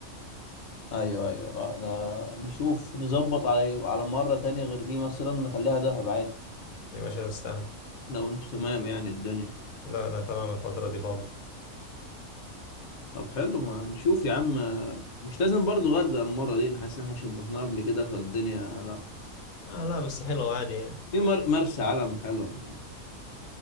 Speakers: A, on the left; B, on the left.
A: ايوه ايوه لا ده نشوف نظبط على على مرة تانية غير دي مثلا نخليها دهب عادي
B: يا باشا استاهل
A: لو انتوا تمام يعني الدنيا
B: لا لا تمام الفتره دي فاضي
A: طب حلو ما نشوف يا عم مش لازم برضو غردقة المرة دي أنا حاسس ان احنا عشان رحناها قبل كده فالدنيا لا
B: آه لا بس حلوه عادي يعني
A: في مر... مرسى علم حلوة يعني.